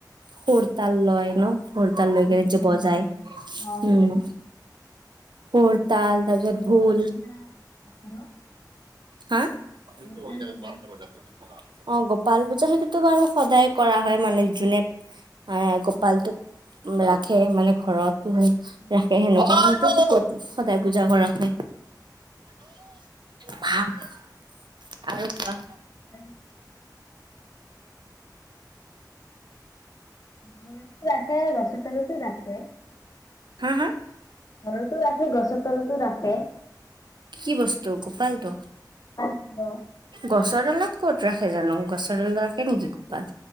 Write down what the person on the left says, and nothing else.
উম
উম
উম অ
গোপাল
পূজা আছে ন
গোপাল
পূজা
অ উম
উম
উ ঘৰটো আছে বাছ ৰাখে,
ঘতো ৰাখে গছৰ তলতো ৰাখে,
অ'